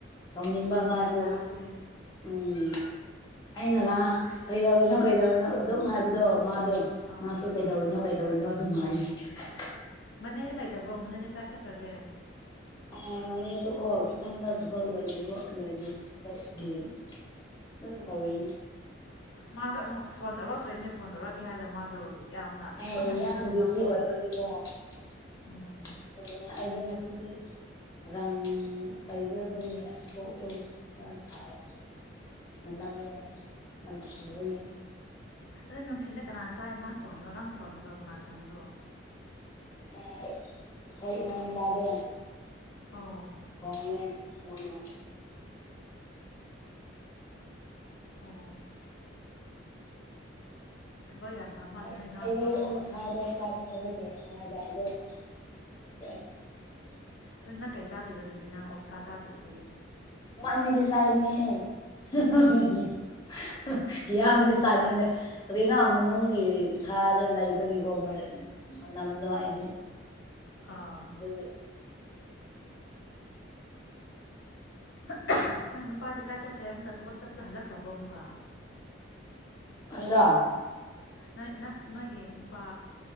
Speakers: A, on the left; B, on the left.
A: ꯇꯧꯅꯤꯡꯕ ꯃꯥꯖꯤ
B: ꯒ꯭ꯌꯥꯟ ꯇꯥꯔꯛꯄꯒꯤ
A: ꯎꯝ ꯑꯩꯅꯔꯥ ꯀꯩꯗꯧꯔꯤꯅꯣ ꯀꯩꯗꯧꯔꯤꯅꯣ ꯑꯗꯨꯝ ꯍꯥꯏꯕꯗꯣ ꯃꯥꯗꯣ
B: ꯑꯧ
A: ꯃꯥꯁꯨ ꯀꯩꯗꯧꯔꯤꯅꯣ ꯀꯩꯗꯧꯅꯣ ꯑꯗꯨꯝ ꯍꯥꯏ <unintelligible>
B: ꯃꯅꯦ ꯂꯩꯇꯕ꯭ꯔꯣ ꯃꯅꯦꯗꯤ ꯀꯥꯏ ꯆꯠꯈ꯭ꯔꯒꯦ
A: ꯑ ꯃꯅꯦꯁꯨꯀꯣ ꯀꯤꯆꯟꯗ ꯊꯕꯛ ꯂꯣꯏꯗ꯭ꯔꯤꯕ ꯂꯣꯏꯗ꯭ꯔꯤ ꯕꯒꯤ ꯗꯨꯝ ꯇꯧꯋꯦꯅꯦ
B: ꯃꯥꯁꯨ ꯑꯃꯨꯛ ꯐꯣꯟ ꯇꯧꯔꯛꯇ꯭ꯔꯦꯅꯦ ꯐꯣꯟ ꯇꯧꯔꯛꯀꯦ ꯍꯥꯏꯔꯒ ꯃꯥꯗꯣ ꯌꯥꯝꯅ
A: ꯑꯩ
B: ꯊꯕꯛ
A: ꯌꯥꯝ
B: ꯆꯤꯜꯂꯨꯕ
A: ꯕꯤꯖꯤ
B: ꯃꯥꯁꯨ
A: ꯑꯣꯏꯕꯒꯤꯀꯣ ꯑꯣꯏꯕꯅꯦ
B: ꯎꯝ
A: ꯑꯩꯗꯤ ꯉꯥ ꯆꯤꯗꯤ ꯔꯪ ꯇꯩꯕꯗꯣ ꯗꯨꯒꯤ ꯑꯁ ꯀꯣꯛ ꯇꯣ ꯌꯥꯝ ꯁꯥꯏꯌꯦ ꯃꯅꯝꯗꯣ ꯅꯝꯊꯤꯕꯒꯤ
B: ꯑꯗ ꯅꯨꯡꯊꯤꯟꯗ ꯀꯅꯥ ꯆꯥꯛ ꯏꯟꯖꯥꯡ ꯊꯣꯡꯉꯤꯔꯣ ꯅꯪ ꯊꯣꯡꯉꯤꯔꯣ ꯀꯅꯥ ꯊꯣꯡꯉꯤꯔꯣ
A: ꯑꯦ ꯑꯩ ꯏꯅꯥꯎ ꯅꯨꯄꯥꯗꯨ
B: ꯑꯣ
A: ꯂꯨꯍꯣꯡꯂꯦ ꯃꯣꯏꯅ
B: ꯑꯣ ꯊꯕꯛ ꯌꯥꯝ ꯐ ꯃꯥꯜꯂꯦ
A: ꯑꯩ
B: ꯅꯪ ꯏꯅꯥꯎ
A: ꯑꯩꯗꯤ
B: ꯅꯨꯄꯥꯁꯨ
A: ꯑꯣꯛꯁꯥꯗꯣ ꯆꯥꯅꯤꯡꯗꯕꯒꯤ ꯍꯋꯥꯏꯖꯥꯔꯗꯣ <inaudible> <unintelligible>
B: ꯑꯗꯨ ꯅꯪ ꯀꯩ ꯆꯥꯗꯣꯏꯔꯣ ꯑꯗꯨꯗꯤ ꯅꯪ ꯑꯣꯛꯁꯥ ꯆꯥꯗ꯭ꯔꯗꯤ
A: ꯑꯃꯥ ꯑꯅꯤꯗꯤ ꯆꯥꯒꯅꯤꯌꯦ <unintelligible> ꯌꯥꯝꯗꯤ ꯆꯥꯅꯤꯡꯅ ꯀꯔꯤꯅꯣ ꯃꯅꯨꯡꯒꯤ ꯊꯥꯗ ꯂꯩꯕꯒꯤꯀꯣ ꯃꯔꯤ-ꯃꯅꯝꯗꯣ ꯑꯩꯗꯤ
B: ꯑꯥ
A: ꯑꯗꯨꯒꯤ
B: <unintelligible> ꯅꯪ ꯅꯨꯄꯥꯗꯤ ꯀꯥꯏ ꯆꯠꯈ꯭ꯔꯦ ꯑꯃꯨꯛꯀ ꯊꯕꯛ ꯆꯠꯄꯗꯣ ꯍꯜꯂꯛꯈ꯭ꯔꯕꯣ ꯑꯃꯨꯛꯀ
A: ꯑꯩ ꯔꯥ
B: ꯅꯣꯏ -ꯅꯪ -ꯅꯣꯏꯒꯤ ꯅꯨꯄꯥ